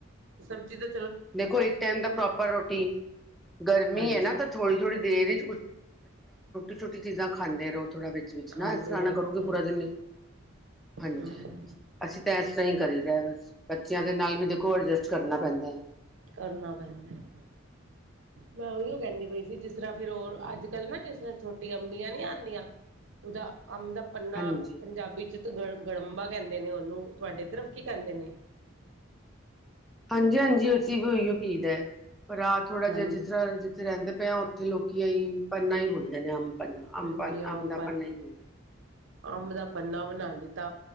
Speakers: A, on the right; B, in the centre.
A: ਸਬਜ਼ੀ ਦਾ
B: ਦੇਖੋ ਇੱਕ ਟਾਈਮ ਤਾਂ ਪ੍ਰੋਪਰ ਰੋਟੀ ਗਰਮੀ
A: ਹਾਂਜੀ
B: ਹੈ ਨਾ ਤਾਂ ਥੋੜੀ ਥੋੜ੍ਹੀ ਦੇਰ ਥੋੜ੍ਹਾ ਵਿੱਚ-ਵਿਚ
A: ਖਾਂਦੇ
B: ਨਾ ਇਸਤਰਾ
A: ਰਹਿਣਾ
B: ਨਾ ਕਰੋ
A: ਚਾਹੀਦਾ
B: ਕੇ ਪੂਰਾ ਦਿਨ ਹੀ ਹਾਂਜੀ-ਹਾਂਜੀ
A: ਹਮ
B: ਅਸੀਂ ਤਾਂ ਇਸ ਤਰ੍ਹਾਂ ਹੀ ਕਰੀ ਦੈ ਬਸ ਬੱਚਿਆਂ ਦੇ ਨਾਲ ਵੀ ਦੇਖੋ ਅਡਜਸਟ ਕਰਨਾ ਪੈਂਦੈ
A: ਕਰਨਾ ਪੈਂਦਾ ਮੈਂ ਉਹੀਓ ਕਹਿੰਦੀ ਪਈ ਸੀ ਜਿਸ ਤਰ੍ਹਾਂ ਫਿਰ ਉਹ ਅੱਜ ਕੱਲ੍ਹ ਨਾ ਜਿਸ ਤਰ੍ਹਾਂ ਛੋਟੀ ਅੰਬੀਆਂ ਨੀ ਆਉਂਦੀਆਂ ਉਹਦਾ ਅੰਬ ਦਾ ਪੰਨਾ
B: ਹਾਂਜੀ
A: ਪੰਜਾਬੀ ਚ ਤੇ ਗੜ ਗੜਮਬਾ ਕਹਿੰਦੇ ਨੇ ਉਹਨੂੰ ਤੁਹਾਡੇ ਤਰਫ ਕੀ ਕਹਿੰਦੇ ਨੇ
B: ਹਾਂਜੀ-ਹਾਂਜੀ ਅਸੀਂ ਵੀ ਉਹੀਓ ਕਹੀਦੈ ਹੈ ਪਰ ਆਹ ਥੋੜਾ
A: ਹਾਂਜੀ
B: ਜਿਹਾ ਜਿਸ ਤਰ੍ਹਾਂ ਜਿੱਥੇ ਰਹਿ ਕਹਿੰਦੇ ਪਿਆ ਉੱਥੇ ਲੋਕੀਂ ਪੰਨਾ ਹੀ ਬੋਲਦੇ ਨੇ ਅੰਬ ਪੰਨਾ ਅੰਬ
A: ਹਾਂਜੀ
B: ਪਨ ਅੰਬ
A: ਆਮ
B: ਦਾ ਪੰਨਾ ਹੀ ਬੋਲਦੇ
A: ਅੰਬ ਦਾ ਪੰਨਾ ਬਣਾ ਲਿੱਤਾ